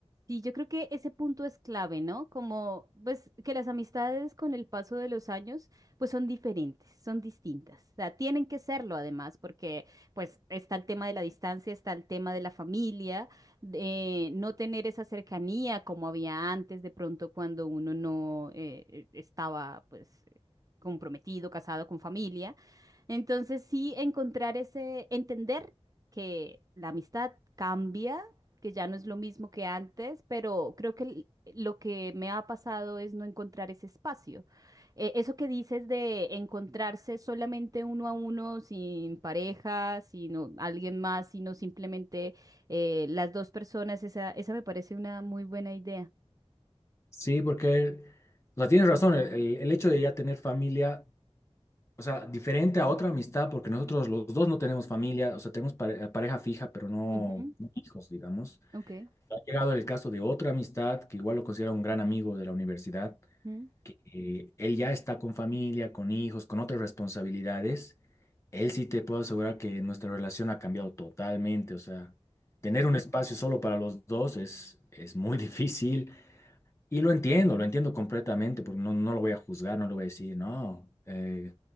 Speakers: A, on the right (about 35°); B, on the left (about 25°).
A: Sí, yo creo que ese punto es clave, ¿no? Como, pues, que las amistades con el paso de los años, pues son diferentes, son distintas. O sea, tienen que serlo además, porque, pues, está el tema de la distancia, está el tema de la familia, de no tener esa cercanía como había antes, de pronto cuando uno no eh, estaba, pues, comprometido, casado con familia. Entonces, sí, encontrar ese, entender que la amistad cambia que ya no es lo mismo que antes, pero creo que l- lo que me ha pasado es no encontrar ese espacio. Eh, eso que dices de encontrarse solamente uno a uno, sin pareja, sino alguien más, sino simplemente eh, las dos personas, esa, esa me parece una muy buena idea.
B: Sí, porque, o sea, tienes razón, el, el- el hecho de ya tener familia, o sea, diferente a otra amistad, porque nosotros los dos no tenemos familia, o sea, tenemos pare- pareja fija, pero no,
A: Ujú,
B: no hijos, digamos.
A: Ok.
B: Ha llegado el caso de otra amistad, que igual lo considero un gran amigo de la universidad
A: Ujú,
B: que eh, él ya está con familia, con hijos, con otras responsabilidades, él sí te puedo asegurar que nuestra relación ha cambiado totalmente. O sea, tener un espacio solo para los dos es, es muy <laughs> difícil y lo entiendo, lo entiendo completamente, porque no, no lo voy a juzgar, no le voy a decir, no, eh,